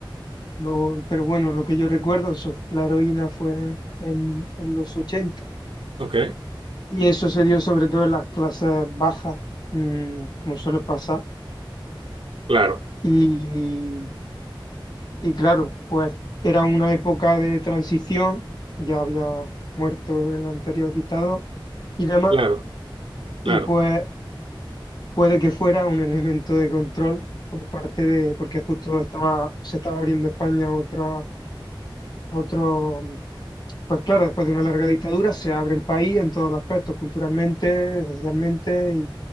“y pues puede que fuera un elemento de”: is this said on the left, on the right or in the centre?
Left